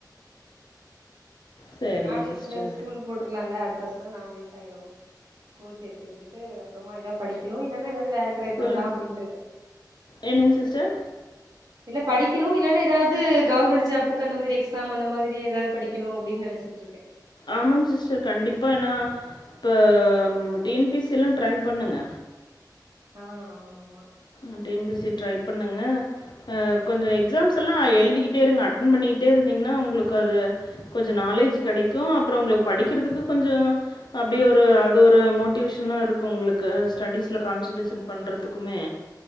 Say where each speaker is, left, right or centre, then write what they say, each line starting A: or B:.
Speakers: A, on the left; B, on the right.
A: சரிங்க
B: நாலு வயசுல
A: சிஸ்டர்.
B: ஸ்கூலுக் போட்டர்லால்ல அடுத்த வர்ஷ் ப நால் வய்ஸ் ஆயிரு ஸ்கூல் சேர்த்து உட்டுட்டு அப்புறமா ஏதாவது படிக்கணு இல்லனா ஏதாவது வேல ட்ரை
A: சொல்லுங்
B: பண்லா அப்டின்ருக்கே
A: என்னங் சிஸ்டர்
B: இல்ல படிக்குனு இல்லைன்னா எதாவது கவர்மெண்ட் ஜாப்புக்கு அந்த மாதிரி எக்ஸாம் அந்த மாதிரி ஏதாது படிக்கணு அப்படின் நெனச்சி ட்டுருக்கே
A: ஆமாங் சிஸ்டர் கண்டிப்பாக ஏன்னா இப்ப டி என் பீ சி லா ட்ரை பண்ணுங்க
B: ஆ ஆமா ஆமா
A: ஆ T N P C try பண்ணுங்க அ கொஞ்சோ எக்ஸாம்ஸ் எல்லா எழுதிக்கிட்டே இருங்க அட்டென் பண்ணிக்கிட்டே இருந்தீங்கன்னா உங்களுக்கு அது கொஞ்ச நாலேஜ் கெடைக்கு அப்புற உங்களுக் படிக்கிறதுக்கு கொஞ்சோ அப்படியே ஒரு அது ஒரு மோட்டிவேஷனா இருக்கு உங்களுக்கு ஸ்டடிஸ்ல கான்சன்ட்ரேஷன் பண்றதுக்குமே